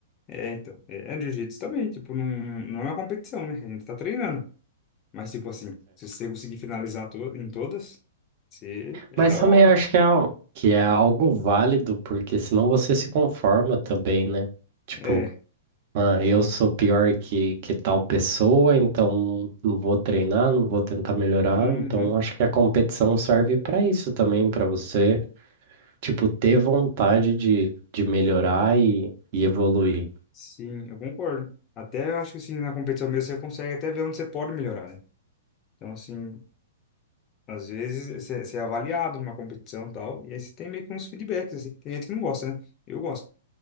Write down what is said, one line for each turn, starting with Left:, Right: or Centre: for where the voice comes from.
Left: É, então, é, é jiu-jitsu também, tipo, não, não é uma competição, né? A gente tá treinando. Mas, tipo assim, se você conseguir finalizar to em todas, você, é
Right: Mas
Left: da
Right: também
Left: hora.
Right: acho que é, al- que é algo válido, porque senão você se conforma também, né? Tipo,
Left: É,
Right: ah, eu sou pior que, que tal pessoa, então não não vou treinar, não vou tentar melhorar.
Left: uhum,
Right: Então acho que a competição serve para isso também, para você, tipo, ter vontade de, de melhorar e, e evoluir.
Left: sim, eu concordo. Até eu acho que, assim, na competição mesmo você consegue até ver onde você pode melhorar, né? Então, assim, às vezes você, você é avaliado numa competição e tal, e aí você tem meio que uns feedbacks, assim. Tem gente que não gosta, né? Eu gosto.